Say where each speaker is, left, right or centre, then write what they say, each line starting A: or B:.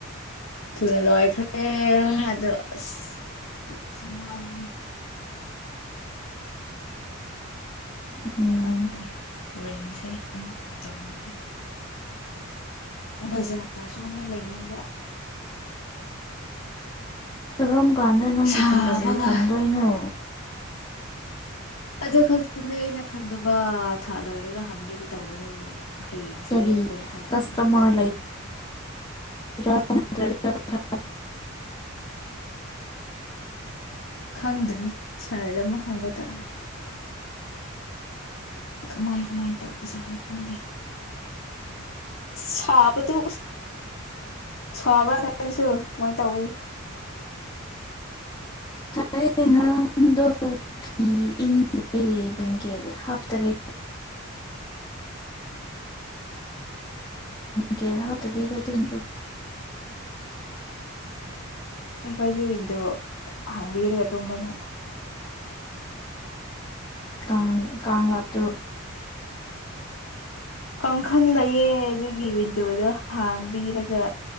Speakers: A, on the left; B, on the left.
A: ꯊꯨꯅ ꯂꯣꯏꯈ꯭ꯔꯦ ꯍꯥꯏꯗꯣ ꯑꯁ ꯏꯁꯤꯡ ꯋꯥꯒꯅꯤ
B: ꯎꯝ
A: ꯈꯪꯗꯦ ꯔꯦꯟꯖꯦ ꯑꯃꯨꯛ ꯁꯤꯁ ꯇꯧꯅꯤꯡꯗꯦ ꯕꯥꯖꯥꯔ ꯁꯣꯝꯗ ꯂꯩꯅꯤꯡꯕ
B: ꯏꯔꯣꯝ ꯀꯥꯟꯗ ꯅꯪꯒꯤ
A: ꯁꯥꯕꯒ
B: ꯁꯦꯂꯔꯤ ꯐꯪꯗꯣꯏꯅꯣ
A: ꯑꯣ ꯈꯗꯅꯦ ꯑꯩꯅ ꯈꯪꯗꯕ ꯊꯥ ꯂꯣꯏꯔꯒ ꯍꯪꯒꯦꯗꯤ ꯇꯧꯕꯅꯦ ꯍꯌꯦꯡꯁꯦ
B: ꯀꯔꯤ
A: ꯗ ꯊꯥꯔꯇꯤ
B: ꯀꯁꯇꯃꯔ
A: ꯊꯥꯔꯇꯤ ꯋꯥꯟ
B: ꯀꯆꯇꯄ
A: ꯈꯪꯗ꯭ꯔꯤ ꯁꯍꯔ ꯑꯃ ꯍꯪꯕ ꯇꯥꯔꯦ ꯀꯃꯥꯏ ꯀꯃꯥꯏ ꯇꯧꯒ ꯆꯥꯗ ꯈꯪꯗꯦ ꯁꯥꯕꯗꯨ ꯁꯥꯕ꯭ꯔꯥꯅꯁꯨ ꯀꯃꯥꯏꯅ ꯇꯧꯏ
B: ꯁꯔ ꯉꯔꯥꯡꯗꯣ ꯐꯤ ꯏꯟꯗ꯭ꯔꯦ ꯕ꯭ꯂꯦꯡꯀꯦꯠ ꯍꯥꯞꯇꯔꯦ ꯀ ꯍꯥꯞꯇꯕꯤꯗ ꯑꯗꯨꯝ
A: ꯑꯩꯈꯣꯏꯗꯤ ꯋꯤꯟꯗꯣ ꯍꯥꯡꯕꯤꯔꯒ ꯇꯨꯝꯕꯅꯦ
B: ꯀꯥꯡ ꯀꯥꯡ ꯉꯥꯛ ꯇꯔꯨ
A: ꯀꯥꯡꯪꯈꯟ ꯂꯩꯌꯦꯦ ꯑꯗꯨꯒꯤ ꯋꯤꯟꯗꯣꯗꯣ ꯍꯥꯡꯕꯤꯔꯒ